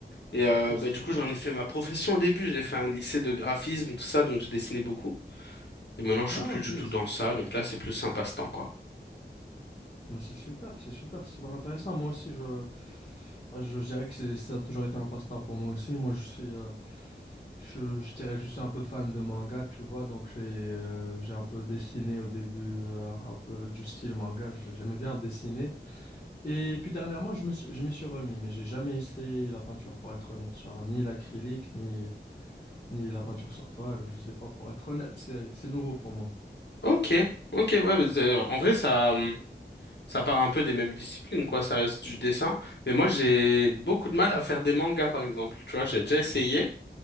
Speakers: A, on the left; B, on the left.
A: Et euh,
B: Ah,
A: bah,
B: c'est
A: du
B: super.
A: coup, j'en ai fait ma profession au début. J'ai fait un lycée de graphisme, tout ça, donc je dessinais beaucoup. Et maintenant, je
B: Ah,
A: suis plus
B: ok.
A: du tout
B: c'est
A: dans ça.
B: sympa.
A: Donc là, c'est plus un passe-temps, quoi.
B: Mais c'est super, c'est super, c'est super intéressant. Moi aussi, je, bah, je, je dirais que c'est, ça a toujours été un passe-temps pour moi aussi. Moi, je suis, euh, je, je dirais, je suis un peu fan de manga, tu vois. Donc j'ai, euh, j'ai un peu dessiné au début, euh, un peu du style manga. J- J'aimais bien dessiner. Et puis dernièrement, je me suis, je m'y suis remis, mais j'ai jamais essayé la peinture, pour être honnête. Genre, ni l'acrylique, ni, ni la peinture sur toile, je sais pas, pour être honnête, c'est, c'est nouveau pour moi.
A: Ok, ok, ouais, mais c'est- en vrai, ça, hum, ça part un peu des mêmes disciplines, quoi. Ça reste du dessin. Mais moi, j'ai beaucoup de mal à faire des mangas, par exemple. Tu vois, j'ai déjà essayé.